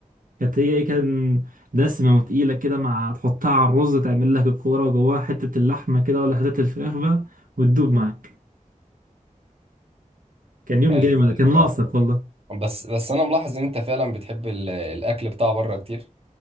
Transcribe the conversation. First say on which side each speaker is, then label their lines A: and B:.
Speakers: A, on the right; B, on the right.
A: كانت هي ايه كان دسمة وتقيلة كده مع تحطها على الرز تعمل لك الكورة وجواها حتة اللحمة كده ولا حتة الفراخ بقى وتدوب معاك كان يوم
B: ايوه
A: جامد
B: ايوه
A: كان ناقصك
B: فعلا
A: والله
B: بس بس انا ملاحظ ان انت فعلا بتحب ال- الاكل بتاع بره كتير